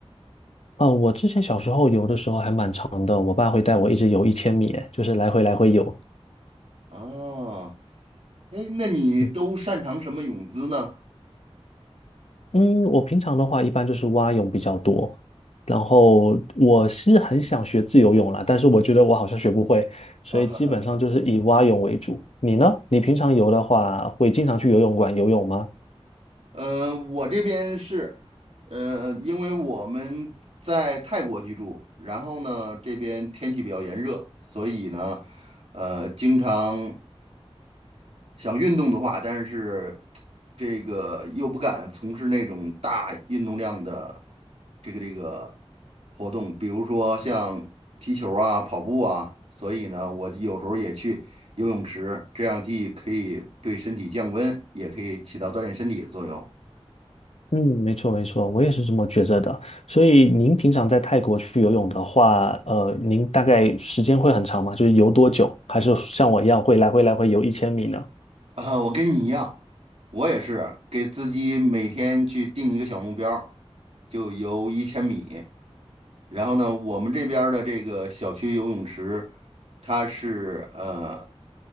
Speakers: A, on the left; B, on the right.
A: 呃，我之前小时候游的时候还蛮长的，我爸会带我一直游一千米，哎就是来回来回游，
B: 哦，哎，那你都擅长什么泳姿呢？
A: 嗯，嗯我平常的话一般就是蛙泳比较多，然后我是很想学自由泳啦，但是我觉得我好像学不会，
B: <laughs>
A: 所以基本上就是以蛙泳为主。
B: 啊，哈哈。
A: 你呢？你平常游的话，会经常去游泳馆游泳吗？
B: 呃，我这边是，呃，因为我们在泰国居住，然后呢，这边天气比较炎热，所以呢，呃，经常想运动的话，但是这个又不敢从事那种大运动量的这个这个活动，比如说像踢球啊、跑步啊，所以呢，我有时候也去游泳池，这样既可以对身体降温，也可以起到锻炼身体的作用。
A: 嗯，没错没错，我也是这么觉着的。所以您平常在泰国去游泳的话，呃，您大概时间会很长吗？就是游多久？还是像我一样会来回来回游一千米呢？
B: 啊，我跟你一样，我也是给自己每天去定一个小目标儿，就游一千米。然后呢，我们这边儿的这个小区游泳池，它是呃